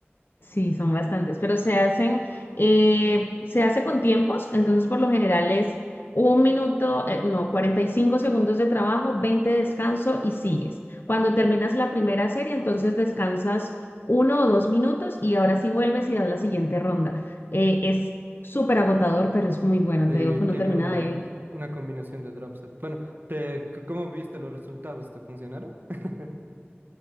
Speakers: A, on the left; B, on the right.
A: Sí, son bastantes, pero se hacen, eh, se hace con tiempos, entonces por lo general es un minuto, eh, no, 45 segundos de trabajo, 20 de descanso y sigues. Cuando terminas la primera serie, entonces descansas uno o dos minutos y ahora sí vuelves y das la siguiente ronda. Eh, es súper agotador, pero es muy bueno.
B: Sí,
A: Te digo que uno
B: tiene
A: termina
B: una,
A: de ahí
B: una combinación de drop set. Bueno, te, c- ¿cómo viste los resultados? ¿Te funcionaron? <laughs>